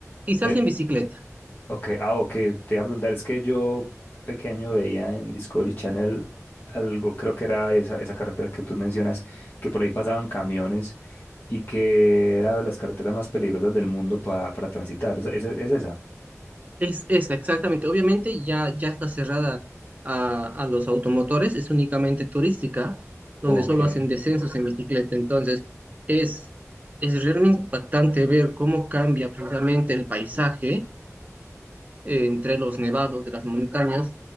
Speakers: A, on the right (about 30°); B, on the left (about 40°).
A: y se
B: Ve,
A: hace en bicicleta.
B: Ok, ah, ok, te iba a preguntar, es que yo pequeño veía en Discovery Channel algo, creo que era esa, esa carretera que tú mencionas, que por ahí pasaban camiones y que era de las carreteras más peligrosas del mundo pa- para transitar. ¿Es, es, es esa?
A: Es, es exactamente. Obviamente ya, ya está cerrada a, a los automotores, es únicamente turística,
B: Ok.
A: donde solo
B: Y,
A: hacen descensos en bicicleta. Entonces, es, es realmente impactante ver cómo cambia precisamente el paisaje eh, entre los nevados de las montañas,